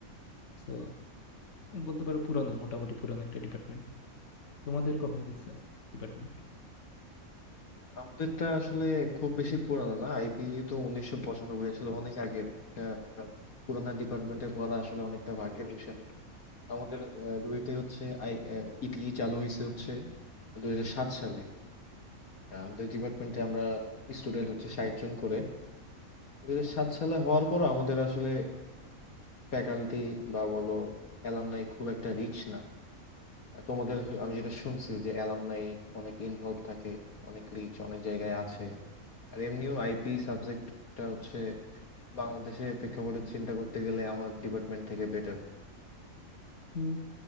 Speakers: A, on the left (about 60°); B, on the left (about 80°).
A: তো বলতে পারো পুরানো মোটামুটি পুরানো একটা ডিপার্টমেন্ট তোমাদের কখন খুলছে ডিপার্টমেন্ট
B: আমাদেরটা আসলে খুব বেশি পুরানো না আইপি তো উনিশশো পঁচানব্বই আসলে অনেক আগের আহ, পুরানা ডিপার্টমেন্টে পড়া আসলে অনেকটা ভাগ্যের বিষয় আমাদের আহ, রুয়েটে হচ্ছে আই ইটি চালু হয়েছে হচ্ছে দুই হাজার সাত সালে আহ, আমাদের ডিপার্টমেন্টে আমরা স্টুডেন্ট হচ্ছে ষাট জন করে দুই হাজার সাত সালে হওয়ার পর আমাদের আসলে ফ্যাকাল্টি বা বলো অ্যালামনাই খুব একটা রিচ না আহ, তোমাদের আমি যেটা শুনছি যে অ্যালামনাই অনেক ইনভলভ থাকে অনেক রিচ অনেক জায়গায় আছে আর এমনিও আইপি সাবজেক্টটা হচ্ছে বাংলাদেশে প্রেক্ষাপটে চিন্তা করতে গেলে আমার ডিপার্টমেন্ট থেকে বেটার
A: হুম,